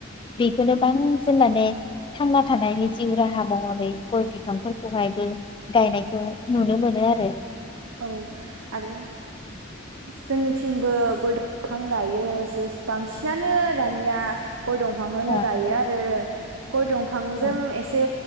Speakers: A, on the left; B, on the right.
A: बेखौनो बांसिन माने थांना थानायनि जिउ राहा महरै गय बिफांफोरखौहायबो गायनायखौ नुनो मोनो आरो ।
B: औ आरो जोंनिथिंबो गय दंफां गायो । बांसिनानो दानिया गय दंफां खोनो
A: औ
B: गायो आरो । गय दंफांजों
A: औ
B: एसे